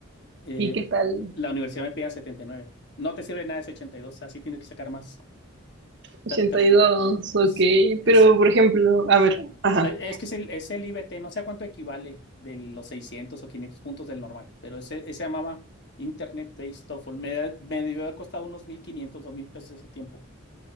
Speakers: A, on the left (about 55°); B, on the right (about 55°).
A: Eh,
B: ¿Y qué tal?
A: la universidad me pedía setenta y nueve No te sirve nada ese ochenta y dos así tienes que sacar más.
B: Ochenta
A: Tra- tra-
B: y dos, ok.
A: s- ese-
B: Pero, por ejemplo, a ver, ajá.
A: eh, es que es el, es el IBT, no sé a cuánto equivale de los 600 o 500 puntos del normal, pero ese, ese se llamaba Internet Based TOEFL. Me, da- me debió haber costado unos mil quinientos dos mil pesos ese tiempo.